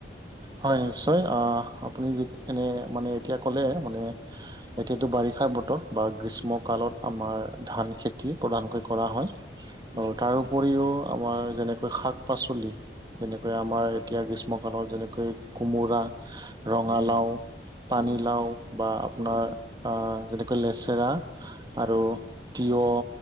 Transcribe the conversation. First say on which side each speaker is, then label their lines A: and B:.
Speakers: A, on the right; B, on the right.
A: হয়, নিশ্চয়। অহ <inaudible> আপুনি এনে মানে এতিয়া ক'লে মানে এতিয়াতো বাৰিষা বতৰ বা গ্ৰীষ্মকালত আমাৰ ধান খেতি প্ৰধানকৈ কৰা হয়। <inaudible> <inaudible> আৰু
B: উম
A: তাৰো উপৰিও আমাৰ যেনেকৈ শাক-পাচলি যেনেকৈ আমাৰ এতিয়া গ্ৰীষ্মক <inaudible> <inaudible> যেনেকৈ কোমোৰা ৰঙালাও,
B: উম
A: পানীলাও
B: উম
A: বা আপোনাৰ
B: উম
A: <inaudible> <inaudible> যেনেকৈ লেচেৰা আৰু
B: উম
A: তিয়হ